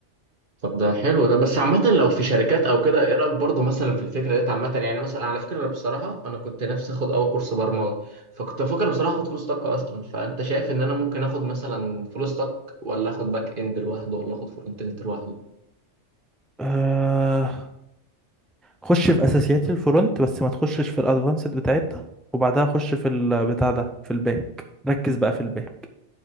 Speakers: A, on the right; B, in the centre.
A: طب ده حلو ده بس عامة لو في شركات او كده ايه رأيك برضه مثلا في الفكرة ديت عامة يعني مثلا على فكرة انا بصراحة انا كنت نفسي اخد اول كورس برمجة فكنت بفكر بصراحة اخد فلوس طاقة اصلا فانت شايف ان انا ممكن اخد مثلا فلوس طاقة ولا اخد باك اند لوحده ولا اخد فرونت اند لوحده
B: آه... خش في اساسيات الفرونت بس ما تخشش في الادفانسد بتاعتها وبعدها خش في البتاع ده في الباك ركز بقى في الباك